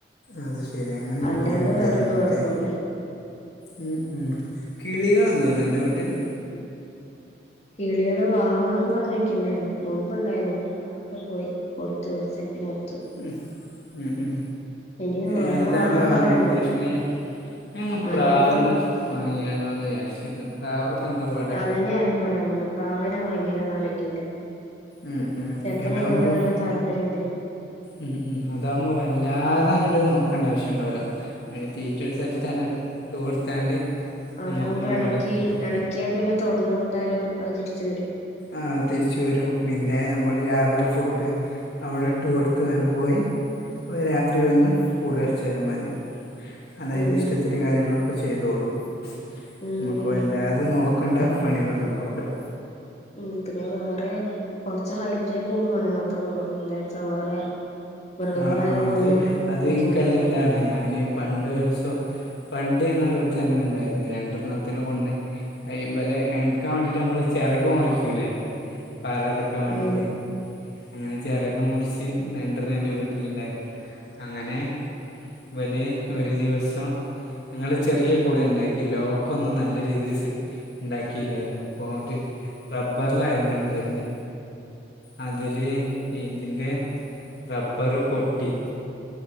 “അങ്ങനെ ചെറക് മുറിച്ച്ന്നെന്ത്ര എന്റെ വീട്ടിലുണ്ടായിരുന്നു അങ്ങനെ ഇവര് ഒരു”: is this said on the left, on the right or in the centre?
Left